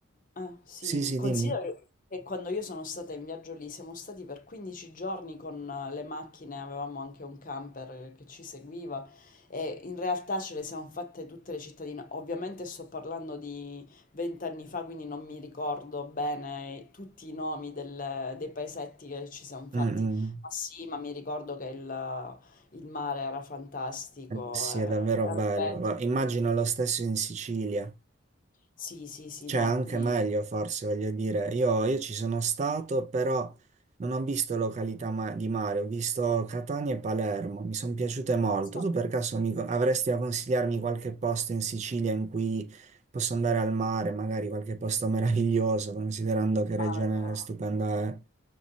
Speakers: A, on the left; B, on the right.
A: ah, sì,
B: Sì, sì,
A: considera
B: dimmi.
A: che quando io sono stata in viaggio lì, siamo stati per 15 giorni con eh, le macchine, avevamo anche un camper che ci seguiva e in realtà ce le siamo fatte tutte le cittadine. Ovviamente sto parlando di 20 anni fa, quindi non mi ricordo bene tutti i nomi del- dei paesetti che ci siamo fatti,
B: Mm, mm.
A: ma sì, ma mi ricordo che il, il mare era fantastico.
B: Eh, sì,
A: eh,
B: è davvero bello.
A: ripeto,
B: Va- Immagino lo stesso in Sicilia.
A: sì, sì, sì,
B: Cioè,
A: no,
B: anche
A: qui.
B: meglio forse, voglio dire. Io, io ci sono stato, però non ho visto località ma- di mare, ho visto Catania e Palermo, mi sono piaciute molto.
A: Adesso
B: Tu
A: no.
B: per caso mi con- avresti a consigliarmi qualche posto in Sicilia in cui posso andare al mare, magari qualche posto <laughs> meraviglioso, considerando che
A: Allora,
B: regione stupenda è.